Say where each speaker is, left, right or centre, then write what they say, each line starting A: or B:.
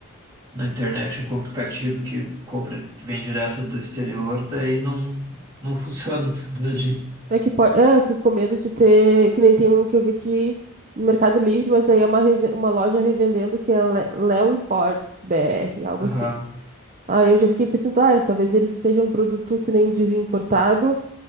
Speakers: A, on the right; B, on the right.
A: na internet, um aplicativo que compra, que vem direto do exterior, daí não, não funciona <laughs> do mesmo jeito.
B: É que pode, é, eu fico com medo de ter, que nem tem um que eu vi que no Mercado Livre, mas aí é uma, reve- uma loja revendendo que é Le- Léo Imports BR, algo
A: Aham.
B: assim. Aí eu já fiquei pensando, ah, talvez eles sejam um produto que nem dizem importado,